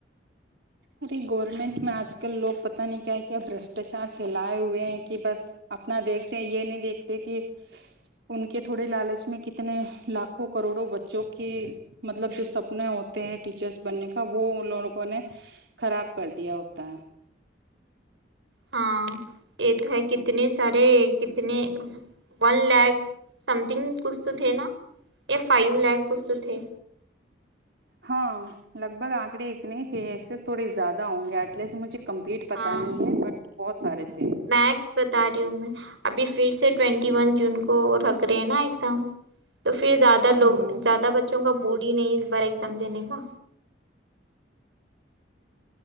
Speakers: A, on the right; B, on the right.
A: ارے گورنمنٹ میں آج کل لوگ پتہ نہیں کیا ہے کیاب بشٹاچار پھیلائے ہوئے ہیں کہ بس اپنا دیکھتے ہیں یہ نہیں دیکھتے کہ ان کے تھوڑے لالچ میں کتنے لاکھوں کروڑوں بچوں کی مطلب جو سپنے ہوتے ہیں ٹیچرس بننے کا وہ ان لوگوں نے خراب کر دیا ہوتا ہے
B: ہاں یہ تھے کتنے سارے کتنے ون لیک سم تھنگ کچھ تو تھے نا یہ فائ بلیک کچھ تو تھے
A: ہاں لگ بھگ آنکڑے اتنے تھے ایسے تھوڑے زیادہ ہوں گے ایٹ لیسٹ مجھے کمپلیٹ پتہ
B: ہاں
A: نہیں ہے بٹ بہت سارے تھے
B: میکس بتا رہی ہوں میں ابھی پھر سے ٹوینٹی ون جن کو رکھ رہے ہیں نا ایگزام تو پھر زیادہ لوگ
A: ہوں
B: زیادہ بچوں کا موڈی نہیں اس بار ایگزام دینے کا